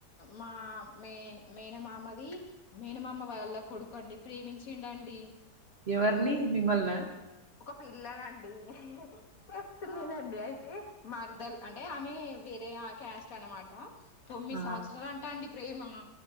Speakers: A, on the left; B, on the right.
A: మా మే మేనమామది మేనమామ వాల్ల కొడుకండి ప్రేమించిండండి
B: ఎవరిని మిమ్ములన
A: పిల్లగా అంటుంది చెప్తుంది ది అయితే మర్దల్ అంటే ఆమె వేరే ఆ క్యాస్ట్ అనమాట తొమ్మిది
B: ఆ
A: సంవత్సరాలు అంటా అండి ప్రేమ